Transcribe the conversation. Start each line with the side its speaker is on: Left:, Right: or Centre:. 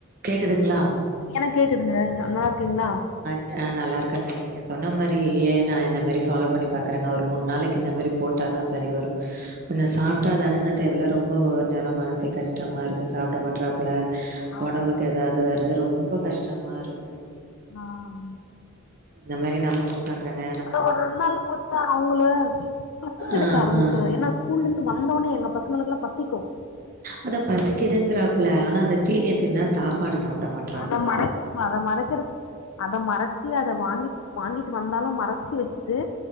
Right: கேக்குதுங்ளா
Left: எனக்கு கேக்குதுங்க நல்லா இருக்கீங்களா
Right: ஆ நல்லா இருக்கங்க நீங்க சொன்ன மாரி ஏ நா இந்த மாரி ஃபாலோ பண்ணி பாக்குறேங்க ஒரு மூணு நாளைக்கு இந்த மாரி போட் ட்டா தா சரி வரும் கொஞ்சம் சாப்பிட்டாதானுங்க தேவல ரொம்ப ஒவ்வொரு நேரம் மனசே கஷ்டமா இருக்கு சாப்ட மாட்டறாப்புல
Left: ஆமா
Right: ஒடம்புக்கு ஏதாவது வருது ரொம்ப கஷ்டமா இருக்கு
Left: ஆன்
Right: இந்த மாரி நா பழை பாக்றங்க
Left: அதா ஒரு ரெண்ட் நாள் போச்சா அவங்களு பசி எடுக்க
Right: ஆ
Left: ஆரம்பிச்சிறு
Right: ஆ
Left: ஏன்னா ஸ்கூல்ல இருந்து வந்தோன்னே எங்க பசங்களுக்குல்லா பசிக்கும்
Right: அதா பசிக்குதுங்கிறாப்ல ஆனா அந்த தீனிய தின்டா சாப்பாடு சாப்ட மாட்
Left: அத மறக்க அத மறைக்கறது அத மறச்சி அத வாங்கி வாங்கிட்டு வந்தாலும் மறச்சு வச்சுட்டு